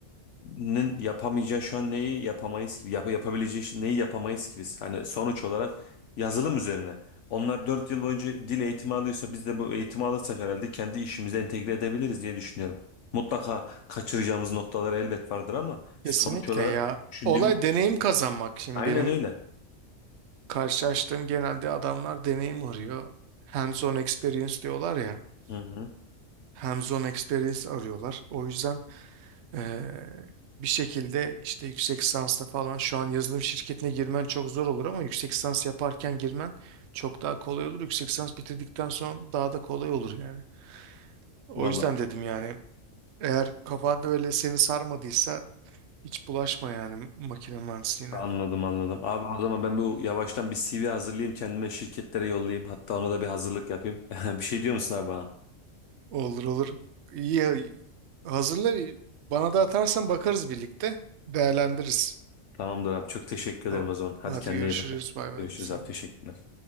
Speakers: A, on the left; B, on the right.
A: nin yapamayacağı şu an neyi yapamayız gibi yap yapabileceği şey- neyi yapamayız gibi hani sonuç olarak yazılım üzerine onlar 4 yıl boyunca dil eğitimi alıyorsa biz de bu eğitimi alırsak herhalde kendi işimize entegre edebiliriz diye düşünüyorum. Mutlaka kaçıracağımız noktalar elbet vardır ama sonuç
B: Kesinlikle
A: olarak
B: ya.
A: düşündüğümüzde
B: Olay deneyim kazanmak. Şimdi
A: aynen
B: benim
A: öyle.
B: karşılaştığım genelde adamlar deneyim arıyor. Hands-on experience diyorlar ya.
A: Hı hı.
B: Hands-on experience arıyorlar. O yüzden eee, bir şekilde işte yüksek lisansla falan şu an yazılım şirketine girmen çok zor olur ama yüksek lisans yaparken girmen çok daha kolay olur. Yüksek lisans bitirdikten sonra da daha da kolay olur yani. O
A: Valla
B: yüzden dedim yani eğer kafanda öyle seni sarmadıysa hiç bulaşma yani makine mühendisliğine.
A: anladım anladım. Abi o zaman ben bu yavaştan bir CV hazırlayayım kendime şirketlere yollayayım hatta ona da bir hazırlık yapayım. <laughs> Bir şey diyor musun abi bana?
B: Olur olur. İyi ya, hazırla bana da atarsan bakarız birlikte değerlendiririz.
A: Tamamdır abi çok teşekkür ederim
B: Tamam.
A: o zaman. Hadi
B: Hadi
A: kendine
B: görüşürüz
A: iyi bak.
B: bay bay
A: Görüşürüz
B: sen.
A: abi teşekkürler.
B: de.